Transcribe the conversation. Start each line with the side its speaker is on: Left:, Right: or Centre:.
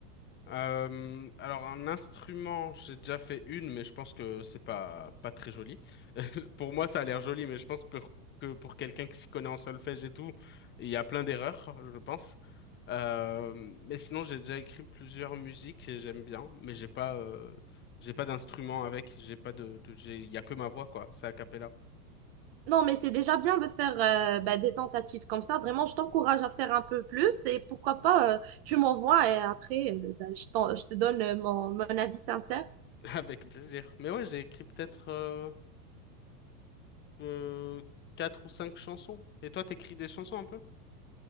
Left: Euh, alors un instrument, j'ai déjà fait une, mais je pense que c'est pas pas très joli. <laughs> Pour moi, ça a l'air joli, mais je pense que, que pour quelqu'un qui s'y connaît en solfège et tout, il y a plein d'erreurs, je pense. Euh, mais sinon, j'ai déjà écrit plusieurs musiques et j'aime bien, mais j'ai pas euh, j'ai pas d'instrument avec, j'ai pas de, de- j'ai il y a que ma voix quoi, c'est a cappella.
Right: Non, mais c'est déjà bien de faire euh, bah, des tentatives comme ça. Vraiment, je t'encourage à faire un peu plus et pourquoi pas, euh, tu m'envoies et après, euh, bah, je t'en- je te donne euh, mon, mon avis sincère.
Left: <laughs> Avec plaisir. Mais ouais, j'ai écrit peut-être euh, euh, quatre ou cinq chansons. Et toi, t'écris des chansons un peu?